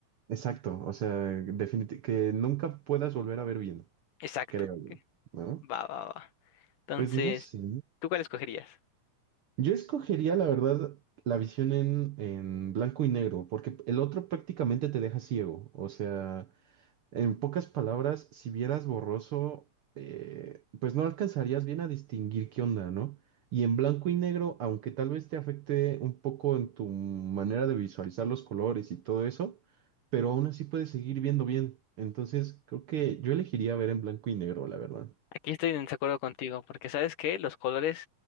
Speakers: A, on the right; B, on the left.
A: Exacto, o sea, definitivamente que nunca puedas volver a ver bien,
B: Exacto.
A: creo yo,
B: Ok.
A: ¿no?
B: Va, va, va. Entonces,
A: Pues no sé.
B: ¿tú cuál escogerías?
A: Yo escogería, la verdad, la visión en, en blanco y negro, porque el otro prácticamente te deja ciego, o sea, En pocas palabras, si vieras borroso, eh, pues no alcanzarías bien a distinguir qué onda, ¿no? Y en blanco y negro, aunque tal vez te afecte un poco en tu manera de visualizar los colores y todo eso, pero aún así puedes seguir viendo bien. Entonces, creo que yo elegiría ver en blanco y negro, la verdad.
B: Aquí estoy en desacuerdo contigo, porque sabes que los colores,